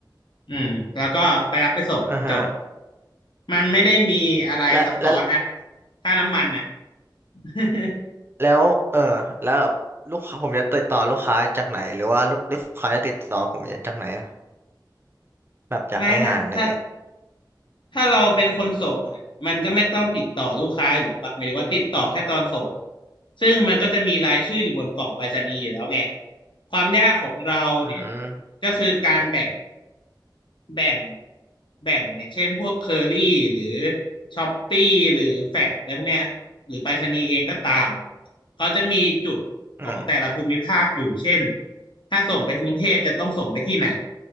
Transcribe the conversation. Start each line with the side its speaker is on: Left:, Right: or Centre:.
Left: อืมแล้วก็ไปรับไปส่งจบ
Right: อ่าฮะ
Left: มันไม่ได้มีอะไรซับซ้อนอะ
Right: และและ
Left: ค่าน้ำมันน่ะ <laughs>
Right: แล้วเออแล้วลูกค้าผมจะติดต่อลูกค้าจากไหนหรือว่าลูลูกค้าจะติดต่อผมจากไหนอะแบบอยากได้งานอะไรเงี้ย
Left: ไม่ฮะถ้าถ้าเราเป็นคนส่งอ่ะมันก็ไม่ต้องติดต่อลูกค้าหรือยู่หรอกปะหมายถึงว่าติดต่อแค่ตอนส่ง ซึ่งมันก็จะมีรายชื่ออยู่บนกล่องไปรษณีย์อยู่แล้วไง ความยากของเราเนี่ย
Right: อืม
Left: ก็คือการแบ่ง แบ่งแบ่งอย่างเช่นพวกเคอรี่หรือช้อปปี้หรือแฟดอะไรพวกเนี้ยหรือไปรษณีย์เองก็ตามเขาจะมีจุดของแต่ละภูมิภาคอยู่เช่น
Right: อืม
Left: ถ้าส่งไปกรุงเทพจะต้องส่งไปที่ไหน